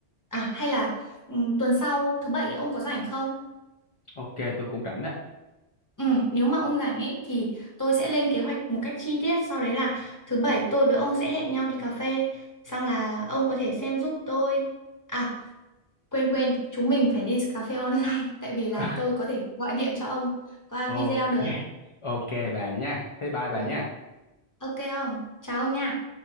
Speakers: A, on the left (about 20°); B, on the left (about 50°).
A: À, hay là ừ, tuần sau thứ bảy ấy, ông có rảnh không?
B: ok tôi cũng rảnh đó
A: Ừ, nếu mà ông rảnh ấy thì tôi sẽ lên kế hoạch một cách chi tiết. Sau đấy là thứ bảy tôi với ông sẽ hẹn nhau đi cà phê. Xong là ông có thể xem giúp tôi. À, quên quên, chúng mình phải đi cà phê online. <laughs> Tại vì là
B: <laughs>
A: tôi có thể gọi điện cho ông qua video
B: ok
A: được.
B: ok bà nha thế bye bà
A: Ừ.
B: nha
A: Ok ông Chào ông nha.